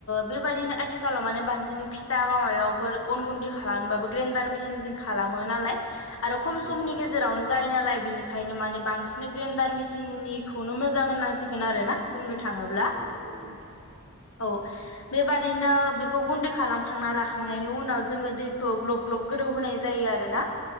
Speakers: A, on the left; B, on the right.
A: बेबायदिनो आथिखालाव माने बांसिन फिथा बा माबाफोर अन गुन्दै खालामोबाबो ग्रेन्डार मेचिन जों खालामो नालाय आरो खम
B: औ
A: समनि
B: औ
A: गेजेरावनो जायो नालाय बिनिखायनो माने बांसिन ग्रेन्डार मेसिननिखौनो मोजां होना सिगोन आरोना बुंनो थाङोब्ला
B: औ औ नोंथा
A: <inaudible> औ बेबादिनो बेखौ गुन्दै खालामखांना लाखांनायनि उनाव जोङो दैखौ ग्लब ग्लब गोदौ होनाय जायो आरो ना